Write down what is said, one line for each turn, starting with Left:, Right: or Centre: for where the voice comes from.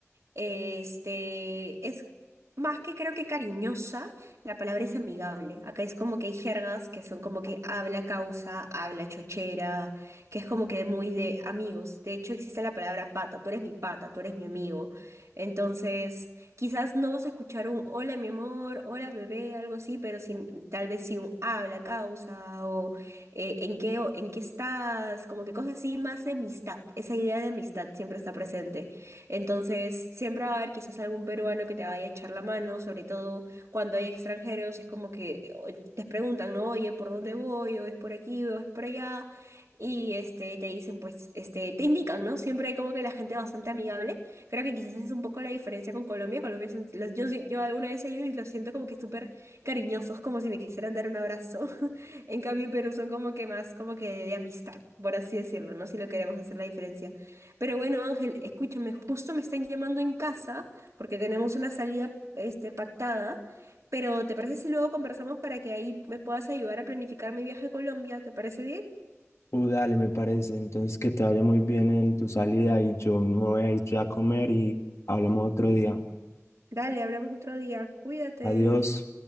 Right: Este, es más que creo que cariñosa, la palabra es amigable. Acá es como que hay jergas que son como que habla causa, habla chochera, que es como que muy de amigos. De hecho, existe la palabra pata, tú eres mi pata, tú eres mi amigo. Entonces, quizás no vas a escuchar un hola mi amor, hola bebé, algo así, pero sin, tal vez sí un habla causa o eh, en qué, en qué estás, como que cosas así, más de amistad. Esa idea de amistad siempre está presente. Entonces, siempre va a haber quizás algún peruano que te vaya a echar la mano, sobre todo cuando hay extranjeros, es como que o- te preguntan, ¿no? Oye, ¿por dónde voy? ¿O es por aquí? ¿O es por allá? Y este, te dicen, pues, este, te indican, ¿no? Siempre hay como que la gente bastante amigable. Creo que quizás esa es un poco la diferencia con Colombia. Colombia es un- los- yo, sí- yo alguna vez he ido y los siento como que súper cariñosos, como si me quisieran dar un abrazo. <laughs> En cambio, en Perú son como que más como que de amistad, por así decirlo, ¿no? Si lo queremos hacer la diferencia. Pero bueno, Ángel, escúchame, justo me están llamando en casa porque tenemos una salida, este, pactada, pero ¿te parece si luego conversamos para que ahí me puedas ayudar a planificar mi viaje a Colombia? ¿Te parece bien?
Left: uh, dale, me parece. Entonces, que te vaya muy bien en tu salida y yo me voy a ir ya a comer y hablamos otro día.
Right: Dale, hablamos otro día. Cuídate.
Left: Adiós.